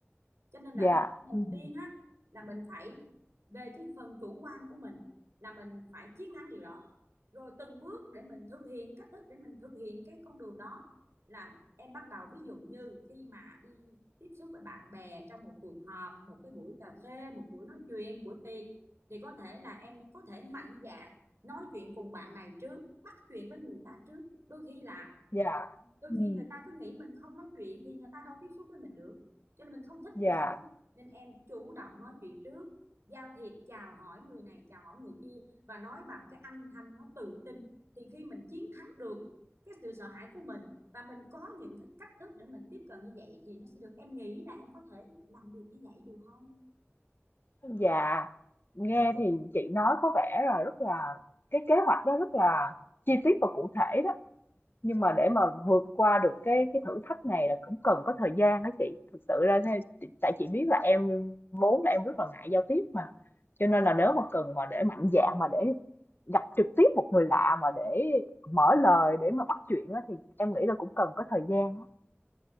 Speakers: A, on the right; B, on the left.
A: cho nên là
B: dạ,
A: đầu
B: ừm,
A: tiên á là mình phải về cái phần chủ quan của mình là mình phải chiến thắng điều đó rồi từng bước để mình thực hiện cách thức để mình thực hiện cái con đường đó là em bắt đầu ví dụ như khi mà đi tiếp xúc với bạn bè trong một cuộc họp một cái buổi cà phê một buổi nói chuyện buổi tiệc thì có thể là em có thể mạnh dạn nói chuyện cùng bạn này trước bắt chuyện với người ta trước đôi khi là
B: dạ,
A: đôi
B: ừm,
A: khi người ta cứ nghĩ mình không nói chuyện thì người ta đâu tiếp xúc với mình được cho nên mình không thích
B: dạ.
A: thì sao nên em chủ động nói chuyện trước giao thiệp chào hỏi người này chào hỏi người kia và nói bằng cái âm thanh nó tự tin thì khi mình chiến thắng được cái sự sợ hãi của mình và mình có những cái cách thức để mình tiếp cận như vậy thì nó sẽ được em nghĩ là em có thể làm được như vậy được không
B: Dạ, nghe thì chị nói có vẻ là rất là cái kế hoạch đó rất là chi tiết và cụ thể đó. Nhưng mà để mà vượt qua được cái cái thử thách này là cũng cần có thời gian đó chị. Thực sự ra thế- chị- tại chị biết là em vốn là em rất là ngại giao tiếp mà. Cho nên là nếu mà cần mà để mạnh dạn mà để gặp trực tiếp một người lạ mà để mở lời để mà bắt chuyện á, thì em nghĩ là cũng cần có thời gian đó.